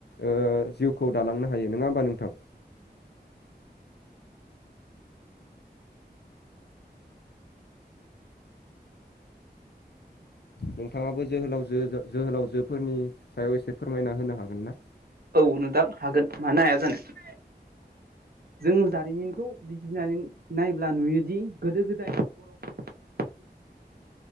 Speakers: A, on the left (about 75°); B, on the right (about 65°).
A: ओ जिउखौ दालांनो हायो नङा होमबा नोंथां नोंथांआबो जोहोलावजो जोहोलावजोफोरनि सायाव एसे फोरमायना होनो हागोन ना
B: औ नोंथां हागोन मानो हाया जानो जों जारिमिनखौ बिजिरनानै नायब्ला नुयोदि गोदो गोदाय बर' हारिफ्रा गुबुन